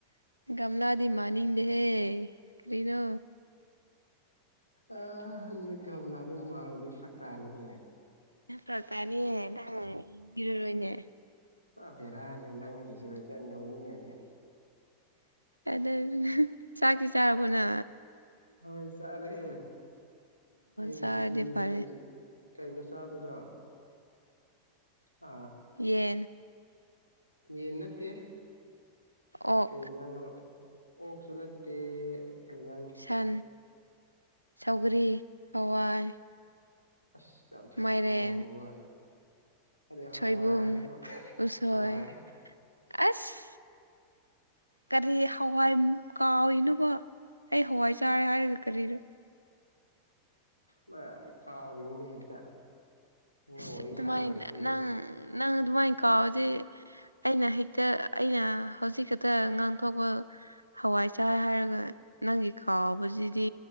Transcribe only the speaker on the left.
ꯑ ꯅꯣꯏ ꯒꯝꯂꯥꯗꯣ ꯃꯥꯜꯗꯤ ꯐꯇꯥꯥꯅꯤꯍꯦ
ꯑꯕꯤꯔꯥꯅꯤ ꯅꯪꯖꯖꯩꯗ ꯑꯗꯎ ꯅꯉ
ꯍꯣꯏ ꯆꯥꯔꯦ ꯑꯩ
ꯉꯁꯤ
ꯀꯩ ꯀꯩꯅꯣ ꯆꯥꯕꯗꯣ ꯑ
ꯌꯦꯟꯅꯠꯇꯦ
ꯀꯩ ꯌꯦꯟꯖꯥꯡꯅꯣ ꯑꯣꯛꯁꯨ ꯅꯠꯇꯦ ꯀꯩ ꯌꯦꯟꯖꯥꯡꯅꯣ
ꯑꯁ ꯌꯥꯝ ꯊꯨ
ꯀꯥꯎꯈꯤ ꯋꯥꯅꯦ ꯑꯗꯩ
ꯍꯋꯥꯏ ꯑꯩꯁꯨ
ꯍꯋꯥꯏ
ꯃꯥꯏ ꯀꯥꯎꯏꯅꯤꯅꯦ ꯍꯦꯛꯇ ꯑꯩꯅ
ꯋꯥꯔꯤ
ꯁꯥꯕꯖꯦ